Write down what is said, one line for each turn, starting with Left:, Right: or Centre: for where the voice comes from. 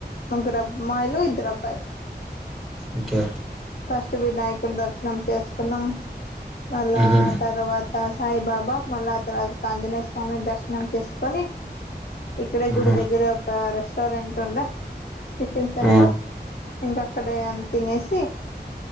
Left: ముగ్గురు అమ్మాయిలు ఇద్దరు అబ్బాయిలు
Centre: ఓకే
Left: ఫస్ట్ వినాయకుని దర్శనం చేసుకున్నాం మళ్ళా
Centre: మ్మ్
Left: తర్వా ఆ సాయి బాబా మళ్ళా తర్వాత తాంజనేయ స్వామి దర్శనం చేసుకొని ఇక్కడ గుడి
Centre: ఆహా
Left: దగ్గర ఒక రెస్టారెంట్ ఉండే టిఫిన్ సెంటర్
Centre: ఆ
Left: ఇంకా అక్కడ ఏమన్న తినేసి